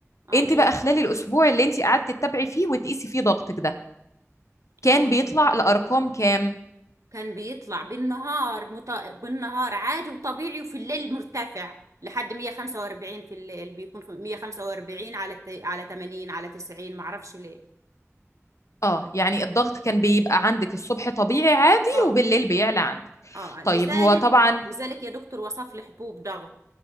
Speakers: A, on the right (about 80°); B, on the left (about 70°).
A: اه
B: انت
A: مية
B: بقى خلال الاسبوع اللي انت قعدت تتابعي فيه وتقيسي فيه ضغطك ده
A: اه
B: كان بيطلع لارقام كام
A: كان بيطلع بالنهار مط... بالنهار عادي وطبيعي وفي الليل مرتفع لحد 145 في الليل بيكون خ- 145 على الت... على 80 على 90 معرفش ليه
B: اه يعني الضغط كان بيبقى عندك الصبح طبيعي عادي
A: اه
B: وبالليل بيعلى عندك
A: اه لذلك
B: طيب هو طبعا
A: لذلك يا دكتور وصف لي حبوب ضغط